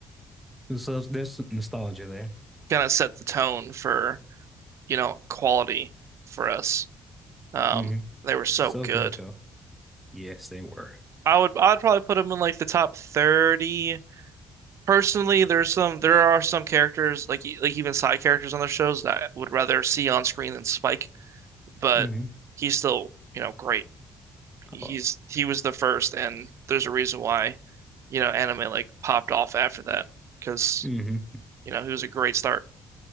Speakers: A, in the centre; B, on the right.
A: So there's some nostalgia there.
B: Kind of set the tone for, you know, quality for us. Um,
A: Mm-hmm.
B: they were so
A: So
B: good.
A: good though. Yes, they were.
B: I would I'd probably put him in like the top 30. Personally, there's some there are some characters like e- like even side characters on their shows that I would rather see on screen than Spike, but
A: Mm-hmm.
B: he's still, you know, great. He's
A: Oh.
B: he was the first and there's a reason why, you know, anime like popped off after that because,
A: Mm-hmm.
B: you know, he was a great start.